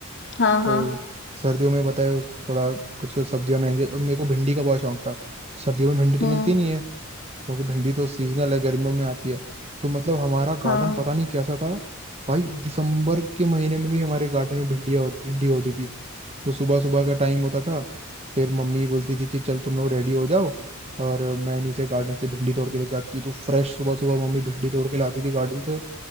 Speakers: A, on the left; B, on the right.
A: हाँ हाँ
B: तो सर्दियों में बताए उस- थोड़ा कुछ कुछ सब्जियां महंगी अब मेरे को भिंडी का बहुत शौक था सर्दियों में भिंडी तो
A: हम्म
B: मिलती नहीं है क्योंकि भिंडी तो सीजनल है गर्मियों में आती है तो मतलब हमारा गार्डन
A: हाँ
B: पता नहीं कैसा था भाई दिसंबर के महीने में भी हमारे गार्डन में भिंडिया भिंडी होती थी तो सुबह सुबह का टाइम होता था फिर मम्मी बोलती थी कि चल तुम लोग रेडी हो जाओ और मैं नीचे गार्डन से भिंडी तोड़ के लेके आती हूँ तो फ्रेश सुबह सुबह मम्मी भिंडी तोड़ के लाती थी गार्डन से